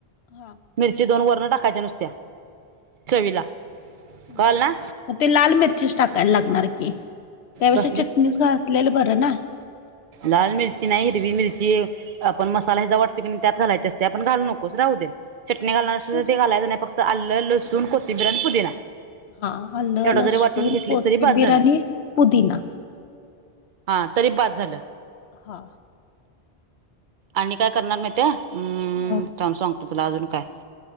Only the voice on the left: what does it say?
हा.
बर
मग ते लाल मिरचीच टाकायला लागणार की, त्यापेक्षा
चटणीच घातलेलं बरं ना.
हा
मग
तस
हा आलं
लसून,
कोथिंबिर,
आणि पुदीिना
हां.
हा.